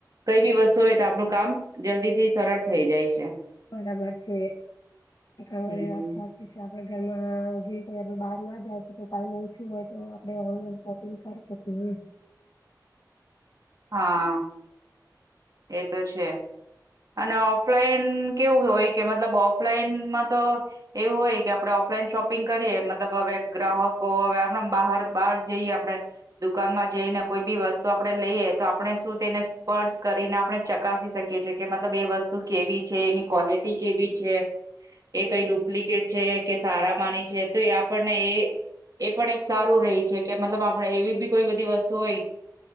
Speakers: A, on the right (about 50°); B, on the left (about 65°).
A: કઈ બી વસ્તુ હોય તો આપણું કામ જલ્દી થી સરળ થઈ જાય છે.
B: બરાબર છે હા
A: હમ
B: એ વાત સા એ છે આપડે ઘરમાં જે આપડે બહાર ના જાય શકીએ ટાઈમ ઓછું હોય તો આપડે ઓનલાઈન શો ફિર શકેએ.
A: હા. એ તો છે અને ઓફ લાઈન કેવું હોય કે મતલબ ઓફલાઈનમાં તો એવું હોય કે આપડે ઓફલાઈન શોપિંગ કરીએ મતલબ હવે ગ્રાહકો હવે આહમ આમ બહાર બહાર જઈએ આપણે દુકાનમાં જઈને કોઈ બી વસ્તુ આપડે લઈએ તો આપણે શું તેને સ્પર્શ કરીને આપણે ચકાસી શકીએ છીએ કે મતલબ એ વસ્તુ કેવી છે એની ક્વોલિટી કેવી છે. એ કઈ
B: હા
A: ડુપ્લિકેટ છે કે સારા માની છે તો એ આપણને એ એ પણ એક સારું રહી છે કે મતલબ આપણે એવી બી કોઈ બધી વસ્તુ હોય